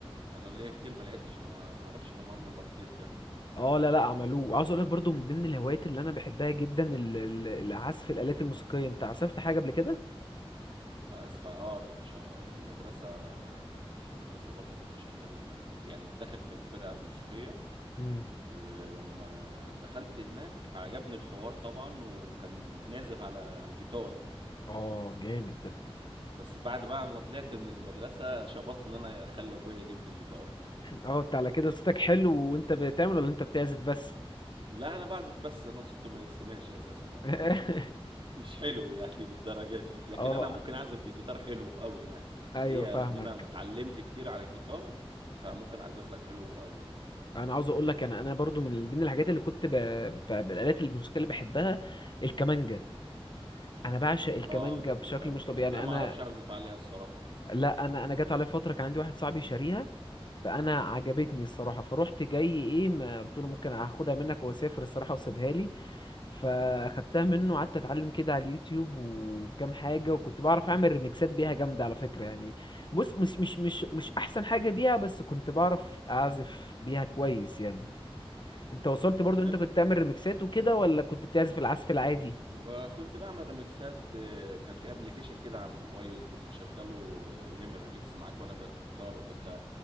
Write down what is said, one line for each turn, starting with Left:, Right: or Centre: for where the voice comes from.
Right: أنا ليّا كتير ما لعبتش، أنا ما ما أعرفش إن هم عملوا الupdate ده.
Left: اه لا لا عملوه عاوز اقول لك برضو من ضمن الهوايات اللي انا بحبها جدا ال- ال- العزف الالات الموسيقيه انت عزفت حاجه قبل كده
Right: آسف ع آه، كنت شغا في المدرسة كنت في المدرسة برضه كنت شغّال كنت يعني داخل في الفرقة الموسيقية،
Left: امم
Right: ولمّا دخلت هناك عجبني الحوار طبعًا وكان بنعزف على جيتار.
Left: اه جامد ده
Right: بس بعد بقى ما طلعت من المدرسة شبطت ان انا اخلي ابويا يجيب لي جيتار
Left: اه انت على كده صوتك حلو وانت بتعمل ولا انت بتعزف بس
Right: لا انا بعزف بس انا صوتي ما يتسمعش اساسا لو
Left: <laughs>
Right: غنيت <laughs> مش حلو يعني للدرجة دي لكن
Left: اه
Right: انا ممكن اعزف بجيتار حلو قوي يعني
Left: ايوه
Right: ليه
Left: فاهمك
Right: لان انا اتعلمت كتير على الجيتار فممكن اعزف لك حلو قوي
Left: انا عاوز اقول لك انا انا برضو من ضمن الحاجات اللي كنت ب... ب... بالالات الموسيقيه اللي بحبها الكمانجه انا بعشق الكمانجه
Right: اه
Left: بشكل
Right: كمانجا
Left: مش طبيعي
Right: لا
Left: يعني
Right: ما
Left: انا
Right: اعرفش اعزف عليها الصراحة
Left: لا انا انا جت عليا فتره كان عندي واحد صاحبي شاريها فانا عجبتني
Right: امم
Left: الصراحه فروحت جاي ايه ما قلت له ممكن هاخدها منك واسافر الصراحه وسيبها لي فاخدتها منه وقعدت اتعلم كده على اليوتيوب وكام حاجه وكنت بعرف اعمل ريميكسات بيها جامده على فكره يعني بص مش مش مش مش احسن حاجه بيها بس كنت بعرف اعزف بيها كويس يعني انت وصلت
Right: طب
Left: برضو
Right: حلو
Left: انت كنت تعمل ريميكسات وكده ولا كنت بتعزف العزف العادي
Right: ب- كنت بعمل ريمكسات آه، كان في ابلكيشن كده على الموبايل كنت تشغله آه، يعمل ريمكس معاك وانا بالجيتار وكنت